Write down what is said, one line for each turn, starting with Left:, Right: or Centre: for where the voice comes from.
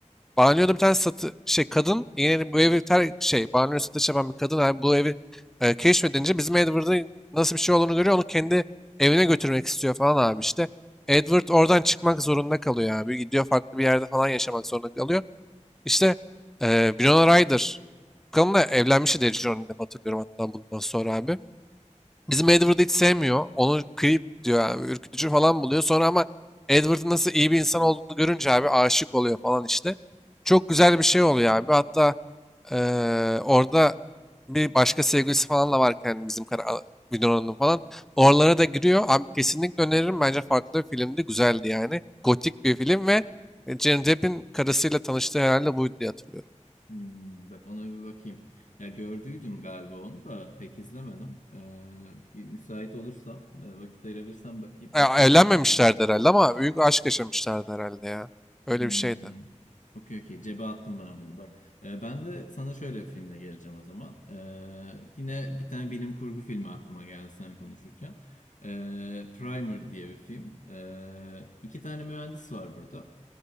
Centre: Banyoda bir tane satı şey kadın yine bu evi ter şey banyo satış yapan bir kadın abi bu evi e, keşfedince bizim Edward'ın nasıl bir şey olduğunu görüyor onu kendi evine götürmek istiyor falan abi işte. Edward oradan çıkmak zorunda kalıyor abi. Gidiyor farklı bir yerde falan yaşamak zorunda kalıyor. İşte e, Winona Ryder. Bu kadınla evlenmişti diye Johnny Depp hatırlıyorum hatta bundan sonra abi. Bizim Edward'ı hiç sevmiyor. Onu creep diyor abi. Ürkütücü falan buluyor. Sonra ama Edward'ın nasıl iyi bir insan olduğunu görünce abi aşık oluyor falan işte. Çok güzel bir şey oluyor abi. Hatta eee, orada bir başka sevgilisi falan da varken bizim kara, a- Winona'nın falan. Oralara da giriyor. Abi kesinlikle öneririm. Bence farklı bir filmdi. Güzeldi yani. Gotik bir film ve Johnny Depp'in karısıyla tanıştığı herhalde buydu diye hatırlıyorum.
Left: Hmm. Bak ona bir bakayım. Ya gördüydüm galiba onu da pek izlemedim. Ee, bir müsait olursam, e, vakit ayırabilirsem bakayım.
Centre: Ya,
Left: Bak benim
Centre: evlenmemişlerdi
Left: de
Centre: herhalde ama büyük aşk yaşamışlardı herhalde ya. Öyle
Left: hmm.
Centre: bir şeydi.
Left: Okey okey cebe attım ben bunu bak. Ee, ben de sana şöyle bir filmle geleceğim o zaman. Ee, yine bir tane bilim kurgu filmi aklıma geldi sen konuşurken. Ee, Primer diye bir film. Ee, iki tane mühendis var burada.